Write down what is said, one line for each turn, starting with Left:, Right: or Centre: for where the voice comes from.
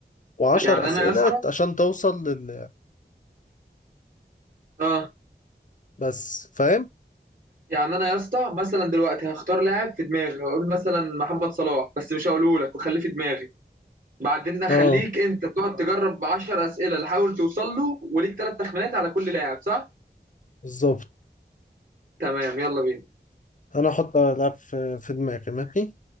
Left: وعشر
Right: يعني
Left: اسئلة
Right: انا يا اسطى
Left: عشان توصل لل
Right: اه
Left: بس فاهم؟
Right: يعني انا يا اسطى مثلا دلوقتي هختار لاعب في دماغي هقول مثلا محمد صلاح بس مش هقوله لك وخليه في دماغي بعدين اخليك
Left: اه
Right: انت تقعد تجرب 10 اسئله تحاول توصل له وليك ثلاث تخمينات على كل لاعب صح
Left: بالظبط
Right: تمام يلا بينا
Left: انا هحط لعب في في دماغي ماشي؟